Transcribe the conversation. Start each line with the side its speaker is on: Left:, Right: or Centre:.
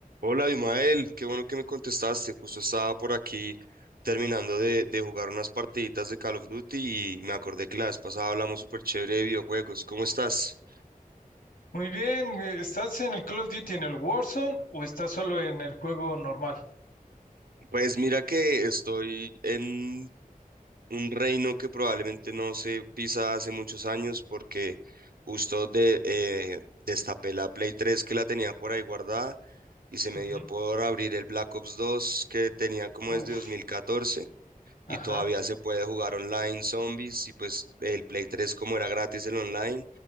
Right: Hola, Abimael, qué bueno que me contestaste. Justo estaba por aquí terminando de, de jugar unas partiditas de Call of Duty y me acordé que la vez pasada hablamos súper chévere de videojuegos. ¿Cómo estás?
Left: Muy bien, eh, ¿estás en el Call of Duty en el Warzone o estás solo en el juego normal?
Right: Pues mira que estoy en un reino que probablemente no se pisa hace muchos años porque justo de, eh, destapé la Play 3 que la tenía por ahí guardada y se me
Left: Ujú.
Right: dio por abrir el Black Ops 2 que tenía como
Left: Uf,
Right: desde 2014
Left: ajá.
Right: y todavía se puede jugar online Zombies y pues el Play 3 como era gratis el online